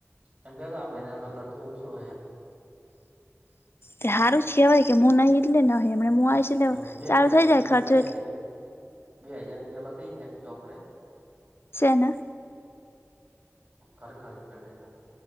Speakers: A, on the right; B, on the left.
A: એમ કતો આ મહિને આપો ખર્ચો ઓછો હોય એમ
B: સારું
A: હમ
B: છે હોય કે મુ નહીં એટલે નહિ હમને હું આવીશ એટલે
A: જો બે
B: ચાલુ થઈ
A: ખાલી
B: જાય ખર્ચો
A: બે
B: એ
A: બે હાજાર રૂપિયા લખઇ જયા ચોપડે
B: શેના.
A: ખર ખર્ચ પેટેના